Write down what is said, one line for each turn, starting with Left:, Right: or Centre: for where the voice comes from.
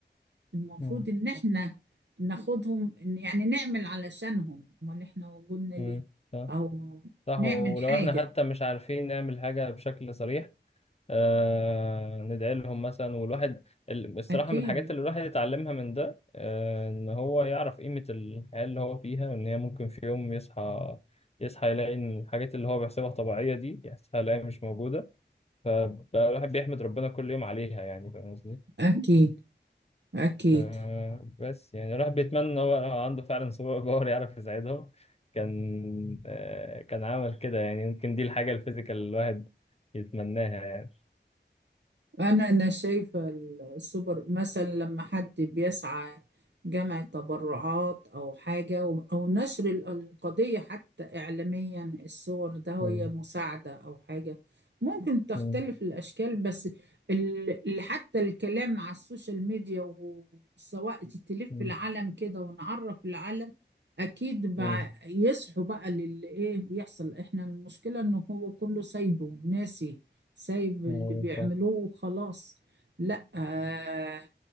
Right: المفروض
Left: مم.
Right: ان احنا ناخدهم إن- يعني نعمل علشانهم امال احنا وجودنا ليه
Left: مم. صح
Right: او
Left: صح
Right: نعمل
Left: ولو
Right: حاجة
Left: احنا حتى مش عارفين نعمل حاجة بشكل صريح آه ندعي لهم مثلا والواحد ال- الصراحة
Right: اكيد
Left: من الحاجات اللي الواحد يتعلمها من ده آه ان هو يعرف قيمة الحياة اللي هو فيها ان هي ممكن في يوم يصحى يصحى يلاقي ان الحاجات اللي هو بيحسبها طبيعية دي يحسبها يلاقيها مش موجودة فالواحد بيحمد ربنا كل يوم عليها يعني فاهم قصدي؟
Right: اكيد اكيد
Left: آه، بس يعني الواحد بيتمنى ان هو لو عنده فعلا سوبر باور يعرف يساعدهم كان آه، كان عمل كده يعني يمكن دي الحاجة الفيزيكال اللي الواحد يتمناها يعني
Right: أنا أنا شايفة السوبر مثلا لما حد بيسعى جمع تبرعات أو حاجة و- أو نشر ال- القضية حتى إعلاميا الصور ده
Left: مم.
Right: هي مساعدة أو حاجة ممكن تختلف
Left: مم.
Right: الأشكال بس ال- ال- حتى الكلام على السوشيال ميديا وسواء تلف
Left: مم.
Right: العالم كده ونعرف العالم أكيد بقى
Left: مم.
Right: يصحوا بقى للي إيه بيحصل إحنا المشكلة إنه هو كله سايبه ناسي سايب اللي
Left: أيوة
Right: بيعملوه
Left: صح.
Right: وخلاص لا آه